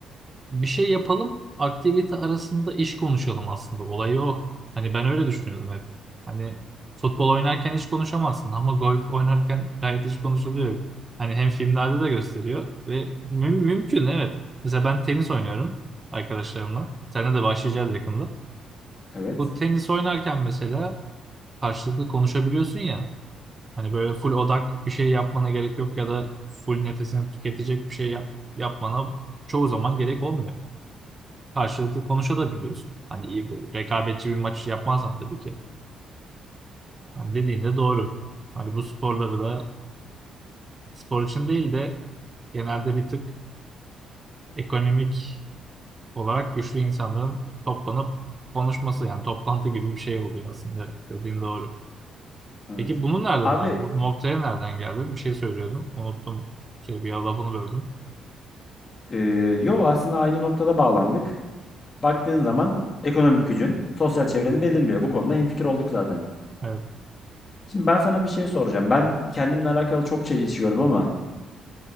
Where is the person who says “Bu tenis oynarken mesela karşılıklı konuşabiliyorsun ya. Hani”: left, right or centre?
Right